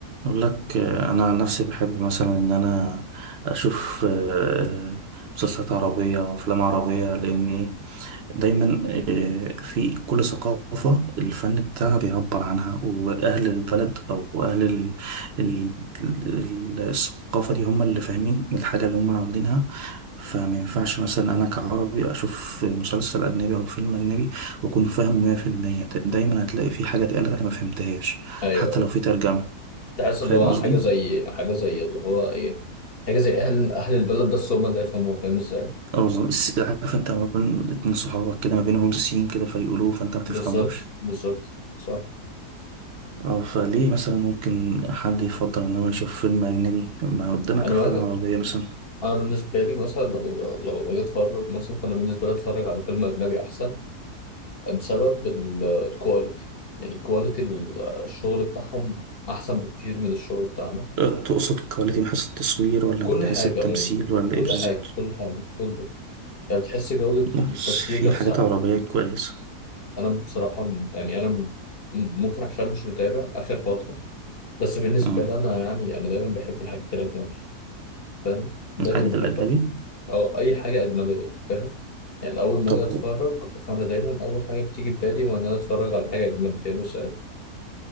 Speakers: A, on the right; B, on the left.
A: أقول لك آه، أنا عن نفسي بحب مثلا إن أنا أشوف آه، مسلسلات عربية وأفلام عربية لأن إيه، دايما آه، في كل ثقافة الفن بتاعها بيعبر عنها وأهل البلد أو أهل ال- ال- ال- الثقافة دي هم اللي فاهمين الحاجة اللي هم عاملينها فما ينفعش مثلا أنا كعربي أشوف مسلسل أجنبي أو فيلم أجنبي وأكون فاهم 100% دايما هتلاقي في حاجة اتقالت أنا ما فهمتهاش
B: ايوه
A: حتى
B: ايوه
A: لو في ترجمة
B: تحس
A: فاهم
B: اللي هو
A: قصدي؟
B: حاجه زي حاجه زي اللي هو ايه حاجه زي اهل اهل البلد بس هم اللي يفهموها فاهم ازاي
A: اه بالظبط. الس- عارف انت لما يكون اتنين صحابك كده ما بينهم سين كده فيقولوه فانت ما تفهموش
B: بالظبط بالظبط صح
A: اه فليه مثلا ممكن حد يفضل ان هو يشوف فيلم اجنبي ما قدامك
B: انا
A: افلام
B: بقى
A: عربية مثلا
B: انا بالنسبه لي مثلا لما بيبقى- لما باجي اتفرج مثلا فانا بالنسبه لي اتفرج على فيلم اجنبي احسن بسبب ال- الكواليتي يعني كواليتي ال- الشغل بتاعهم احسن بكتير من الشغل بتاعنا
A: اه، تقصد الكواليتي من حيث التصوير ولا
B: كل
A: من حيث
B: حاجه
A: التمثيل
B: من
A: ولا
B: من كل
A: ايه بالظبط
B: حاجه كل حاجه كله يعني بتحس جوده
A: بس
B: التصوير
A: في
B: نفسها
A: حاجات عربية كويسة
B: انا بصراحه م- يعني انا م- ممكن عشان مش متابع اخر فتره بس بالنسبه
A: اه
B: لي انا يعني انا دايما بحب الحاجات الاجنبي فاهم دايما
A: الحاجات
B: بحبها
A: الأجنبي
B: او اي حاجه اجنبيه فاهم يعني اول ما
A: طب
B: اجي اتفرج فانا دايما اول حاجه بتيجي في بالي هو ان انا اتفرج على حاجه اجنبي فاهم ازاي